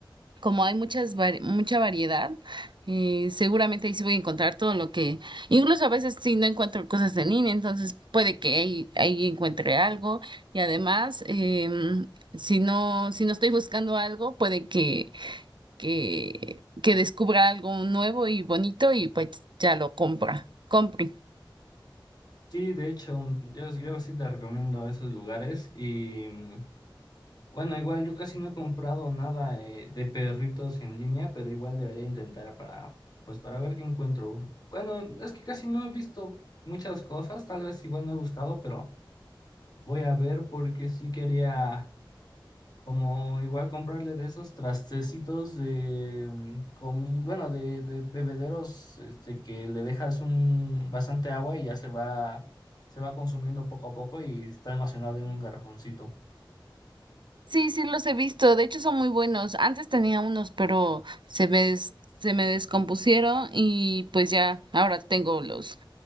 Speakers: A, on the right (about 65°); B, on the left (about 50°).
A: como hay muchas vari- mucha variedad, eh, seguramente ahí sí voy a encontrar todo lo que, incluso a veces sí no encuentro cosas en línea, entonces puede que ahí, ahí encuentre algo y además, em, si no, si no estoy buscando algo, puede que, que, que descubra algo nuevo y bonito y pues ya lo compra, compre.
B: Sí, de hecho, mm, yo, yo sí te recomiendo esos lugares y mm, bueno, igual yo casi no he comprado nada eh, de perritos en línea, pero igual debería intentar para, pues para ver qué encuentro. Bueno, es que casi no he visto muchas cosas, tal vez igual no he buscado, pero voy a ver porque sí quería como igual comprarle de esos trastecitos de mm, comi- bueno, de, de bebederos, este, que le dejas un bastante agua y ya se va, se va consumiendo poco a poco y está almacenado en un garrafoncito.
A: Sí, sí los he visto, de hecho son muy buenos. Antes tenía unos, pero se me, des- se me descompusieron y pues ya, ahora tengo los